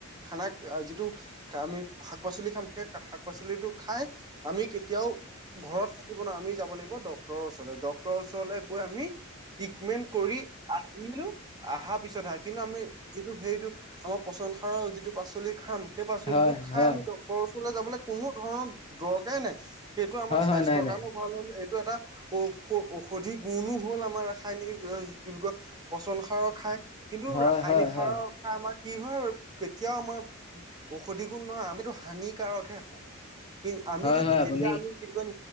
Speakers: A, on the right; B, on the left.
A: খানাক যিটো আমি শাক পাচলি খাম সেই শাক পাচলিটো খাই আমি এতিয়াও ঘৰত শুন, আমি যাব লাগিব ডক্তৰৰ ওচৰলৈ। ডক্ত ডক্তৰ ওচৰলৈ গৈ আমি ট্ৰিটমেন্ট কৰি আহিলো। আহা পিছত কিন্তু আমি সেইটো আমাৰ পচন সাৰৰ যিটো পাচলি খাঁম। সেই পাচলিটো
B: হয়,
A: খাই
B: হয়,
A: আমি ডক্তৰৰ ওচৰলৈ যাবলৈ কোনো ধৰণৰ দৰকাৰেই নাই। সেইটো আমাৰ স্বাস্থ্যৰ
B: হয়, নাই নাই,
A: কাৰণেও ভাল হ'ল এটা ঔ, ঔসধি গুন হল আমাৰ ৰাসায়নিক উ কি বুলি কয়, পচন সাৰৰ খায় কিন্তু
B: হয়,
A: ৰাসায়নিক
B: হয়,
A: সাৰৰ
B: হয়,
A: খাই আমাৰ কি হয়। কেতিয়াও আমাৰ ঔষধি গুণ নহয় আমি হানিকাৰক হে হয়। কিন্তু আমি
B: হয়,
A: যদি
B: হয়, আপুনি
A: যেতিয়াঁ আমি কি কয়,